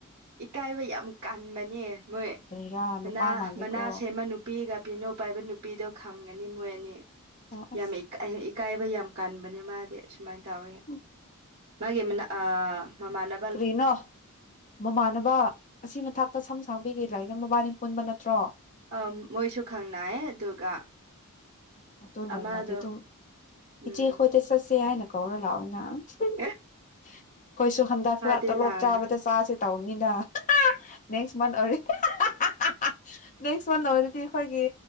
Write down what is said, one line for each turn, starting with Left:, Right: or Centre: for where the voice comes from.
Right: ꯏꯀꯥꯏꯕ ꯌꯥꯝ ꯀꯟꯕꯅꯦ ꯃꯣꯏ
Left: ꯀꯔꯤꯔꯥ
Right: ꯃꯅꯥ
Left: ꯅꯨꯄꯥ ꯃꯥꯟꯗꯦꯀꯣ
Right: ꯃꯅꯥ ꯁꯦꯝꯃ ꯅꯨꯄꯤꯒ ꯄꯦꯅꯣ ꯄꯥꯏꯕ ꯅꯨꯄꯤꯗꯣ ꯈꯪꯒꯅꯤ ꯃꯣꯏ ꯑꯅꯤ
Left: ꯑꯣ ꯑꯁ
Right: ꯌꯥꯝ ꯏꯀꯥꯏꯕ ꯌꯥꯝ ꯀꯥꯟꯕꯅꯦ ꯃꯥꯗꯤ ꯑꯁꯨꯃꯥꯏ ꯇꯧꯋꯤ
Left: ꯎꯝ
Right: ꯃꯥꯒꯤ ꯑꯃꯅ ꯑ ꯃꯃꯥꯟꯅ
Left: ꯀ꯭ꯔꯤꯅꫭ ꯃꯃꯥꯟꯅꯕ ꯑꯁꯤ ꯃꯊꯥꯛꯇ ꯁꯝ ꯁꯥꯡꯕꯤꯒꯦ ꯂꯥꯏꯅ ꯃꯕꯥꯅꯤ ꯄꯨꯟꯕ ꯅꯠꯇ꯭ꯔꯣ
Right: ꯑ ꯃꯣꯏꯁꯨ ꯈꯪꯅꯩꯌꯦ ꯑꯗꯨꯒ
Left: ꯑꯗꯣ ꯅꯣꯡꯃꯗꯤ
Right: ꯑꯃꯗꯣ
Left: ꯑꯗꯨꯝ
Right: ꯎꯝ
Left: ꯏꯆꯦꯈꯣꯏꯗ ꯆꯠꯁꯦ ꯍꯥꯏꯅ ꯀꯧꯔ ꯂꯥꯛꯑꯣ ꯅ ꯑꯩꯈꯣꯏꯁꯨ
Right: ꯑꯦ
Left: ꯍꯟꯗꯛ
Right: ꯃꯥꯗꯤ
Left: ꯈꯔ ꯇꯣꯂꯣꯞ
Right: ꯂꯥꯛꯑꯔꯣꯏ
Left: ꯆꯥꯕꯗ ꯆꯥꯁꯦ ꯇꯧꯕꯅꯤꯅ ꯅꯦꯛꯁ ꯃꯟ ꯑꫭꯏꯔꯦ ꯅꯦꯛꯁ ꯃꯟ ꯑꯣꯏꯔꯗꯤ ꯑꯩꯈꯣꯏꯒꯤ